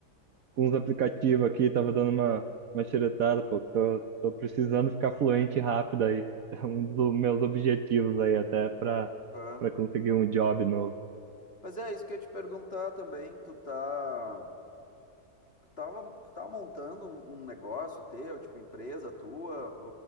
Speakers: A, on the right; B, on the left.
A: alguns aplicativos aqui, tava dando uma, uma xeretada, pô. Tô, tô precisando ficar fluente rápido aí. <laughs> É um dos meus objetivos aí, até pra,
B: É.
A: pra conseguir um job novo.
B: Mas é isso que eu ia te perguntar também, tu tá, tu tava, tu tá montando um, um negócio teu, tipo empresa tua,